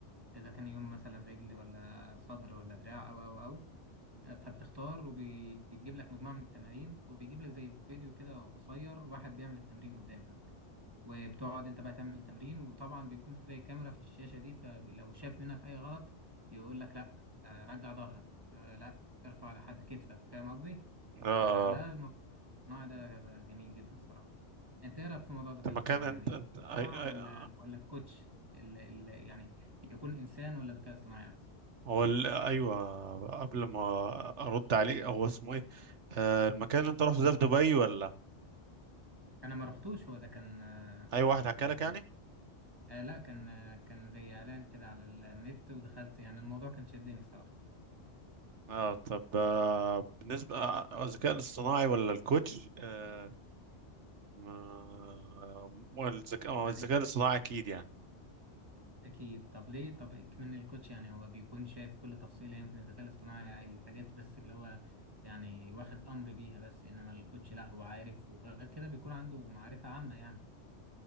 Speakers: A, on the right; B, on the right.
A: اذا كان يوم مثلا رجل ولا صدر ولا دراع او او او آه، فبتختار وبيجيب لك مجموعه من التمارين وبيجيب لك زي فيديو كده قصير واحد بيعمل التمرين قدامك وبتقعد انت بقى تعمل التمرين وطبعا بيكون في زي كاميرا في الشاشه دي فلو شاف منك اي غلط يقول لك لا آه، رجع ظهرك آه، لا ارفع لحد كتفك فاهم قصدي
B: اه
A: فلا
B: آه.
A: الموضوع ده جميل جدا صراحه انت ايه رايك في موضوع الذكاء
B: انت
A: الاصطناعي
B: مكان انت
A: يعني
B: انت
A: ينفع
B: أي... أي...
A: ولا ولا الكوتش اللي اللي يعني يكون انسان ولا ذكاء اصطناعي احسن
B: هو ال... ايوه قبل ما ارد عليك هو اسمه ايه آه المكان اللي انت رحت ده في دبي ولا
A: انا ما رحتوش هو ده كان آه،
B: اي واحد حكى
A: ده
B: لك يعني
A: كان آه لا كان آه كان زي اعلان كده على النت ودخلت يعني الموضوع كان شدني صراحه
B: اه طب آه، بالنسبة آه، الذكاء الاصطناعي ولا الكوتش آه ما- ما الذكاء ما هو
A: يعني
B: الذكاء الاصطناعي اكيد يعني
A: اكيد طب ليه طب من الكوتش يعني هو بيكون شايف كل تفصيله يمكن الذكاء الاصطناعي الحاجات بس اللي هو يعني واخد امر بيها بس انما الكوتش لا هو عارف وغير كده بيكون عنده معرفه عامه يعني